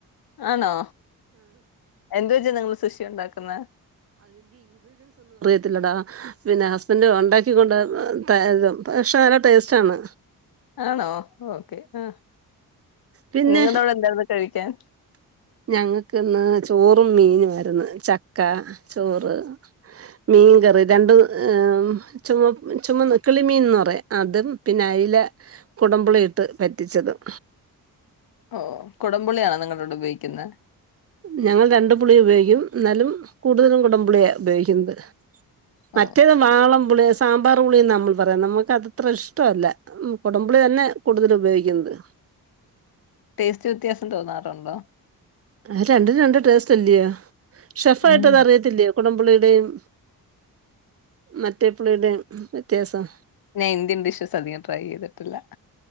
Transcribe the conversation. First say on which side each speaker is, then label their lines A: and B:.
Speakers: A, on the left; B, on the right.
A: ആണോ എന്ത് വെച്ച് നിങ്ങൾ സുഷി ഉണ്ടാക്കു ക്കുന്ന
B: ത്തില്ലടാ പിന്നെ ഹസ്ബൻഡ് ഉണ്ടാക്കൊണ്ട് ത പക്ഷെ നല്ല ടേസ്റ്റ് ആണ്
A: ആണോ ഓക്കെ ആ
B: പിന്നെ
A: നിങ്ങടെ അവിടെ എന്താരുന്നു കഴി ക്കാൻ
B: ഞങ്ങൾക്കിന്ന് ചോറും മീനുവായിരുന്നു ചക്ക ചോറ് മീൻകറി രണ്ടും ചുമ ചുമന്നകിളിമീൻന്ന അതും പിന്നെ അയില കുടമ്പുളി ഇട്ട് പറ്റിച്ചതും
A: ഓ കുടംപുളിയാണോ നിങ്ങളവിട് ഉപയോഗിക്കുന്നത്
B: ഞങ്ങള് രണ്ടു പുളിയും ഉപയോഗിക്കും, എന്നാലും കൂടുതലും കുടംപുളിയ ഉപയോഗിക്കുന്നത്.
A: ഓ
B: മറ്റേത് വാളം പുളിയ സാമ്പാർപുളിന്ന നമ്മൾ പറയുന്ന നമുക്കത്ര ഇഷ്ടമല്ല കുടംപുളി തന്നെ കൂടുതൽ ഉപയോഗിക്കുന്നത്
A: ടേസ്റ്റ് വ്യത്യാസം തോന്നാറുണ്ടോ
B: അത് രണ്ടും രണ്ട് ടേസ്റ്റ് അല്ലിയോ ഷെഫ്
A: ഉം
B: ആയിട്ടത് അറിയത്തില്ലിയോ കുടംപളിയുടെയും മറ്റേ പുളിയുടെയും വ്യത്യാസം
A: ഞാൻ ഇന്ത്യൻ ഡിഷസ് അധികം ട്രൈ ചെയ്തിട്ടില്ല